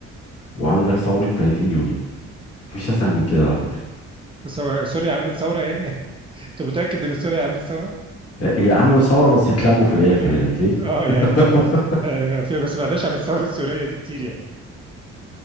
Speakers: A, on the left; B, on the right.
A: وعندك ثورة 30 يونيو مفيش اسهل من كده على فكرة
B: سو- سوريا عملت ثورة يعني <laughs> انت متأكد ان سوريا عملت ثورة؟
A: آه، هي عملوا ثورة بس اتلموا في الاخر
B: اه
A: يعني فيك
B: آه،
A: <laughs>
B: يعني <laughs> يعني ما في ما سمعناش عن الثورة السورية دي كتير يعني